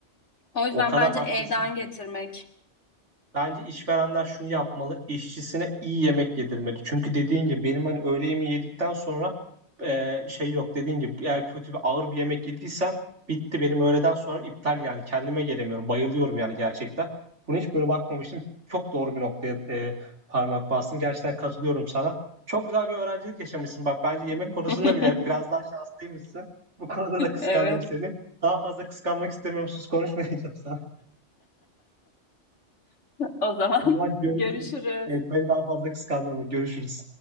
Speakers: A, on the left; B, on the right.
A: O yüzden
B: O kadar
A: bence
B: haklısın
A: evden
B: ki.
A: getirmek.
B: Bence işverenler şunu yapmalı, işçisine iyi yemek yedirmeli. Çünkü dediğin gibi benim hani öğle yemeği yedikten sonra e, şey yok. Dediğin gibi eğer kötü bir ağır bir yemek yediysem bitti benim öğleden sonra iptal yani kendime gelemiyorum. Bayılıyorum yani gerçekten. Bunu hiç böyle bakmamıştım. Çok doğru bir noktaya e, parmak bastın. Gerçekten katılıyorum sana. Çok güzel bir öğrencilik yaşamışsın. Bak bence yemek
A: <laughs>
B: konusunda bile biraz daha şanslıymışsın. Bu konuda da kıskandım
A: Evet,
B: seni. Daha fazla kıskanmak istemiyorum. Sus konuşmayacağım sana.
A: o zaman
B: O zaman
A: <laughs>
B: görüşürüz.
A: görüşürüz.
B: Ee, Ben daha fazla kıskandırma. Görüşürüz.